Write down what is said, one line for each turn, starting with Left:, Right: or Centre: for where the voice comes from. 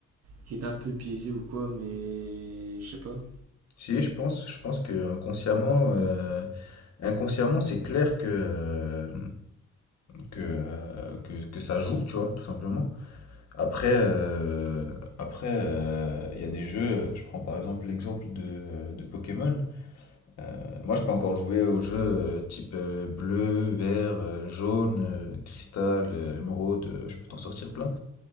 Right: qui est un peu biaisé ou quoi, mais je sais pas.
Left: Si, je pense, je pense que inconsciemment, euh, inconsciemment, c'est clair que, euh, que, euh, que, que ça joue, tu vois, tout simplement. Après, euh, Après, euh, il y a des jeux, je prends par exemple l'exemple de, de Pokémon. Euh, moi, je peux encore jouer aux jeux euh, type euh, bleu, vert, euh, jaune, euh, cristal, euh, émeraude, euh, je peux t'en sortir plein.